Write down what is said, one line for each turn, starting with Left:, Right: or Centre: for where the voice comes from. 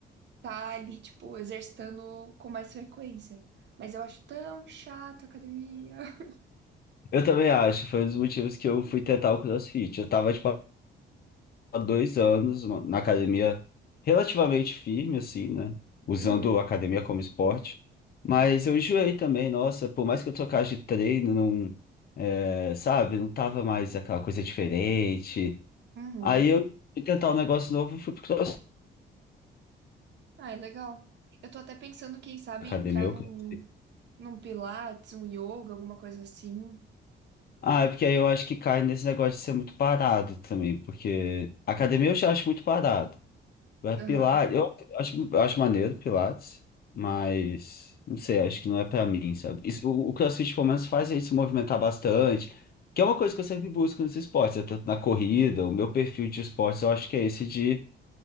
Right: estar ali, tipo, exercitando com mais frequência. Mas eu acho tão chato a academia. <laughs>
Left: Eu também acho. Foi um dos motivos que eu fui tentar o CrossFit. Eu tava de há dois anos uma- na academia relativamente firme, assim, né? Usando
Right: Uhum.
Left: a academia como esporte. Mas eu enjoei também, nossa, por mais que eu trocasse de treino, não, é, sabe, não tava mais aquela coisa diferente.
Right: Uhum.
Left: Aí eu fui tentar um negócio novo e fui pro CrossFit,
Right: Ah, é legal. Eu tô até pensando, quem sabe,
Left: academia,
Right: em entrar
Left: eu
Right: num,
Left: CrossFit.
Right: num pilates, um yoga, alguma coisa assim.
Left: Ah, é porque aí eu acho que cai nesse negócio de ser muito parado também, porque academia eu já acho muito parado. É
Right: Aham,
Left: Pilates, eu acho, eu acho maneiro Pilates, mas não sei, acho que não é pra mim, sabe? Isso- o, o CrossFit pelo menos faz a gente se movimentar bastante, que é uma coisa que eu sempre busco nos esportes, é tanto na corrida, o meu perfil de esportes eu acho que é esse de,